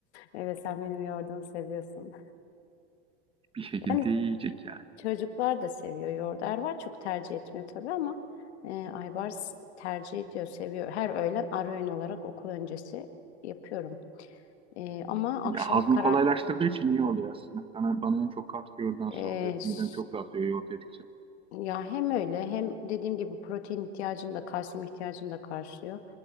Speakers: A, on the left (about 80°); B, on the right (about 15°).
A: Evet sen benim yoğurdumu seviyorsun.
B: Bir şekilde
A: Yani
B: yiyecek yani.
A: Çocuklar da seviyor yoğurdu. Ervar çok tercih etmiyor tabii ama e, Aybars tercih ediyor, seviyor. Her öğlen ara öğün olarak okul öncesi yapıyorum. E, ama
B: Ya
A: akşama
B: hazmı
A: kara
B: kolaylaştırdığı için iyi oluyor aslında. Bana, bana en çok katkı yoğurdan
A: e,
B: sağlıyor.
A: s-
B: Midem çok rahatlıyor yoğurt yedikçe.
A: ya hem öyle hem dediğim gibi protein ihtiyacını da kalsiyum ihtiyacını da karşılıyor.